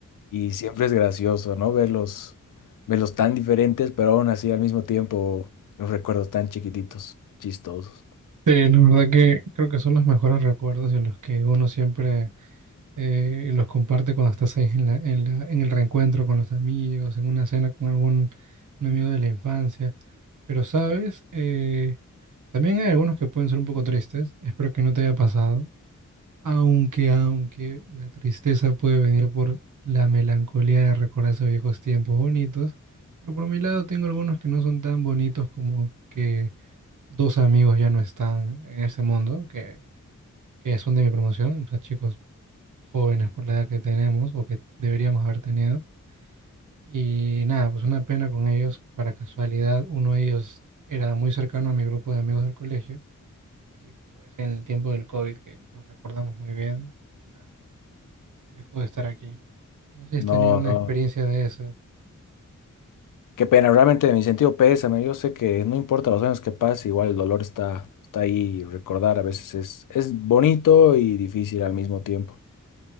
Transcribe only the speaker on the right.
Sí, la verdad que creo que son los mejores recuerdos en los que uno siempre eh, y los comparte cuando estás ahí en la, en la- en el reencuentro con los amigos, en una cena con algún un amigo de la infancia. Pero, ¿sabes? Eh, también hay algunos que pueden ser un poco tristes. Espero que no te haya pasado. Aunque, aunque la tristeza puede venir por la melancolía de recordar esos viejos tiempos bonitos. Pero por mi lado tengo algunos que no son tan bonitos como que dos amigos ya no están en ese mundo, que, que son de mi promoción. O sea, chicos jóvenes por la edad que tenemos o que deberíamos haber tenido. Y nada, pues una pena con ellos. Para casualidad, uno de ellos era muy cercano a mi grupo de amigos del colegio y pues en el tiempo del COVID, que lo recordamos muy bien, nada, este, dejó de estar aquí. No sé si has
tenido una
experiencia de esas.